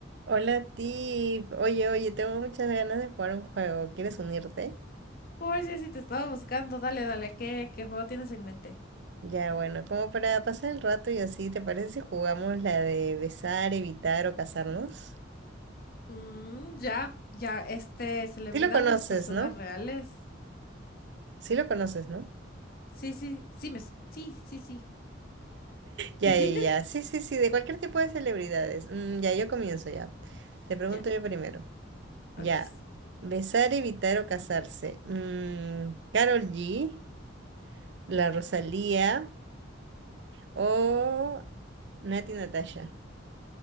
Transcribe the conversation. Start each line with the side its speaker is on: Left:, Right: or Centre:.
Right: Hola Tiff, oye, oye, tengo muchas ganas de jugar un juego, ¿quieres unirte?
Left: Oye, si te estaba buscando, dale, dale, ¿qué, qué juego tienes en mente?
Right: Ya, bueno, como para pasar el rato y así, ¿te parece si jugamos la de besar, evitar o casarnos?
Left: Mm, ya, ya, este, celebridades,
Right: Sí lo conoces,
Left: personas
Right: ¿no?
Left: reales.
Right: Sí lo conoces, ¿no?
Left: Sí, sí, sí, me, es- sí, sí, sí.
Right: Ya,
Left: <laughs>
Right: ya, ya, sí, sí, sí, de cualquier tipo de celebridades. Mm, ya, yo comienzo ya. Te pregunto
Left: Ya,
Right: yo primero. Ya,
Left: ok.
Right: besar, evitar o casarse. Mm, Karol G, la Rosalía o Nati Natasha.